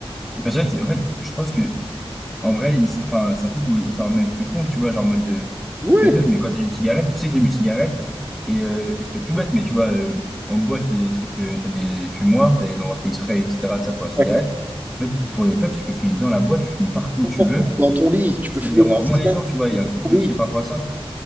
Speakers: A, in the centre; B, on the right (about 15°).
A: Parce que, en fait, je pense que, en vrai, ils s- enfin, c'est un truc où ils s'en rendent même plus compte, tu vois, genre, en mode.
B: Ouais,
A: peut être bête, mais quand t'allumes une cigarette, tu sais que t'allumes une cigarette. Et, euh, et ça peut être tout bête, mais tu vois, euh, en boîte, t'as des trucs, euh, t'as des fumoirs, t'as des endroits faits exprès, etc. de ça pour la cigarette.
B: ouais,
A: En fait, pour les puffs, tu peux fumer dans la boîte, tu fumes partout où
B: n'importe
A: tu veux.
B: où, dans ton lit, tu peux
A: Et ça
B: fumer,
A: te dérange
B: alors
A: moins
B: c'est
A: les
B: ça,
A: gens, tu vois. Il
B: dans
A: y a un truc
B: ton lit.
A: aussi par rapport à ça.